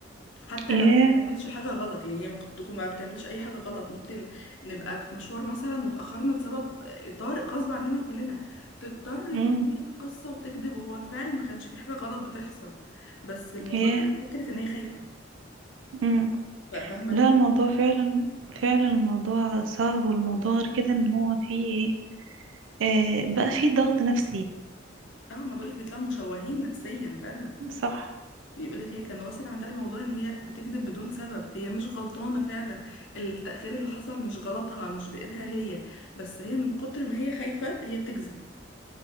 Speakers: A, on the left; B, on the right.
A: حتى
B: ياه
A: لو ما بتعملش حاجة غلط يعني هي ممكن تكون ما بتعملش أي حاجة غلط ممكن نبقى في مشوار مثلا وتأخرنا لسبب طارئ غصب عننا كلنا تضطر
B: امم
A: تألف قصة وتكذب وهو فعلا ما كانش في حاجة غلط بتحصل بس المجرد
B: ياه
A: فكرة إن هي خايفة
B: امم
A: ف- فاهمة
B: لا
A: الفكرة
B: الموضوع فعلا فعلا الموضوع صعب والموضوع غير كده ان هو فيه ايه آه بقى فيه ضغط نفسي
A: اه ما بقولك بيطلعوا مشوهين نفسيا فعلا
B: صح
A: يقولك هي كان واصل عندها الموضوع ان هي بتكذب بدون سبب هي مش غلطانة فعلا التأخير اللي حصل مش غلطها مش بإيدها هي بس هي من كتر ما هي خايفة هي بتكذب